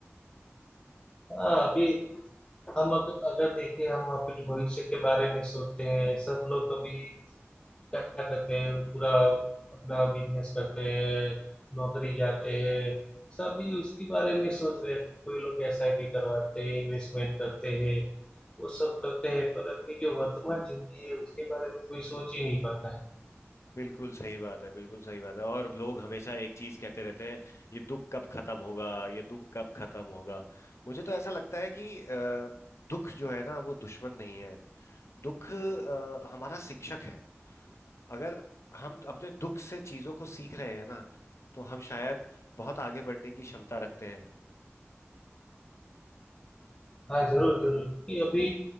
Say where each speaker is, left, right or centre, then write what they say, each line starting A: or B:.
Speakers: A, on the left; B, on the left.
A: हाँ अभी हम अग, अगर देखें हम अपने भविष्य के बारे में सोचते हैं सब लोग अभी क्या करते हैं पूरा अपना बिजनेस करते हैं नौकरी जाते हैं सभी उसके बारे में सोच रहे हैं कोई लोग एसआईपी करवाते हैं इन्वेस्टमेंट करते हैं वो सब करते हैं पर अपनी जो वर्तमान जिंदगी है उसके बारे में कोई सोच ही नहीं पाता है
B: बिल्कुल सही बात है बिल्कुल सही बात है और लोग हमेशा एक चीज कहते रहते हैं ये दुख कब खत्म होगा ये दुख कब खत्म होगा मुझे तो ऐसा लगता है कि अ, दुख जो है ना वो दुश्मन नहीं है दुख अ, हमारा शिक्षक है अगर हम अपने दुख से चीजों को सीख रहे हैं ना तो हम शायद बहुत आगे बढ़ने की क्षमता रखते हैं
A: हाँ जरूर जरूर कि अभी